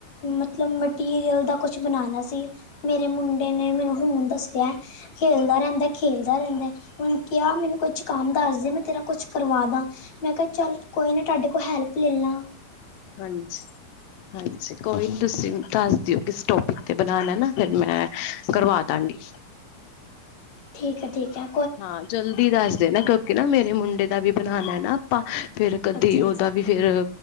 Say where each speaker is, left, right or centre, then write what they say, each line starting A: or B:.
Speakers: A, on the left; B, on the left.
A: ਮਤਲਬ ਮਟੀਰੀਅਲ ਦਾ ਕੁਛ ਬਨਾਨਾ ਸੀ। ਮੇਰੇ ਮੁੰਡੇ ਨੇ ਮੈਨੂੰ ਹੁਨ ਦੱਸਿਆ। ਖੇਲਦਾ ਰਹਿੰਦਾ ਖੇਲਦਾ ਰਹਿੰਦਾ ਉਹਨੂੰ ਕਿਆ ਮੈਨੂੰ ਕੰਮ ਦੱਸ ਦੇ ਮੈ ਤੇਰਾ ਕੁਛ ਕਰਵਾਦਾ ਮੈਂ ਕਿਆ ਚੱਲ ਕੋਈ ਨੀ ਤੁਹਾਡੇ ਕੋਲ ਹੈਲਪ ਲੈ ਲਾ।
B: ਹਾਂਜੀ-ਹਾਂਜੀ ਕੋਈ ਨੀ ਤੁਸੀਂ ਦੱਸ ਦਿਓ ਕਿਸ ਟੋਪਿਕ ਤੇ ਬਨਾਨਾ ਨਾ। ਫਿਰ ਮੈਂ ਕਰਵਾ ਦਾਂਗੀ।
A: ਠੀਕ ਐ, ਠੀਕ ਐ।
B: ਹਾਂ ਜਲਦੀ ਦੱਸ ਦੇਨਾ ਕਿਉਂਕਿ ਨਾ ਮੇਰੇ ਮੁੰਡੇ ਦਾ ਵੀ ਬਨਾਨਾ ਨਾ ਆਪਾਂ ਫੇਰ ਕਦੇ
A: ਅੱਛਾ ਅੱਛਾ
B: ਓਦਾ ਵੀ ਫੇਰ